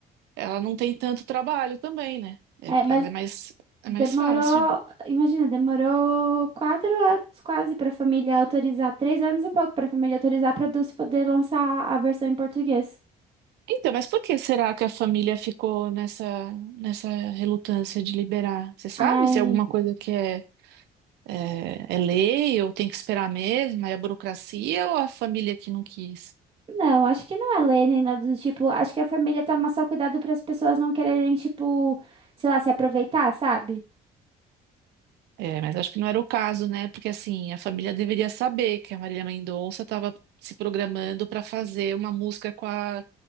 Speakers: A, on the right (about 80°); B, on the right (about 35°).
A: ela não tem tanto trabalho também, né? É,
B: É,
A: para
B: mas
A: ela é mais, é
B: demorou,
A: mais fácil.
B: imagina, demorou quatro anos quase pra família autorizar, três anos e pouco pra família autorizar pra Dulce poder lançar a versão em português.
A: Então, mas por que será que a família ficou nessa, nessa relutância de liberar? Você sabe
B: Ai,
A: se é alguma coisa que é, é, é lei ou tem que esperar mesmo, é a burocracia ou a família que não quis?
B: não, acho que não é lei nem nada do tipo. Acho que a família toma só cuidado para as pessoas não quererem, tipo, sei lá, se aproveitar, sabe?
A: É, mas acho que não era o caso, né? Porque assim, a família deveria saber que a Marília Mendonça estava se programando para fazer uma música com a,